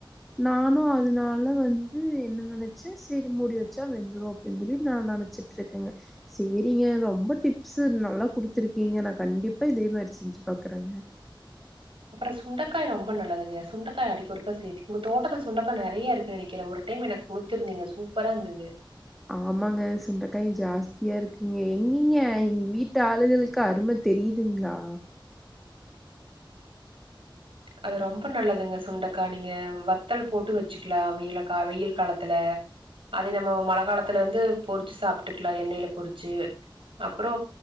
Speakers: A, in the centre; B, on the right (about 80°).
A: நானும் அதுனால வந்து என்ன நெனைச்சே சேரி மூடி வச்சா வெந்துரும் அப்டின்னு சொல்லி நான் நெனச்சிட்ருக்கேங்க சேரிங்க ரொம்ப டிப்ஸ் நல்லா குடுத்ருக்கீங்க நான் கண்டிப்பா இதே மாரி செஞ்சு பாக்குறேங்க
B: அப்பறோ சுண்டகா ரொம்ப நல்லதுங்க சுண்டக்கா அடிக்கொருக்க சேர்த் உங்க தோட்டத்துல சுண்டக்கா நெறைய இருக்குன் நெனைக்கிற ஒரு டைம் எனக் குடுத் த்துருந்தீங்க சூப்பரா இருந்தது
A: ஆமாங்க சுண்டகாய் ஜாஸ்தியா இருக்குங்க எங்கீங்க எங்க வீட்டு ஆளுகளுக் கு அரும தெரியுதுங்ளா
B: அது ரொம்ப நல்லதுங்க சுண்டக் க்கா நீங்க வத்தல் போட்டு வச்சுக்கலாம வெயில் கா வெயில் காலத்துல அது நம்ம மழ காலத்துல வந்து பொறிச்சு சாப்புட்டுக்கலா எண்ணெயில பொறிச்சு அப்பறோ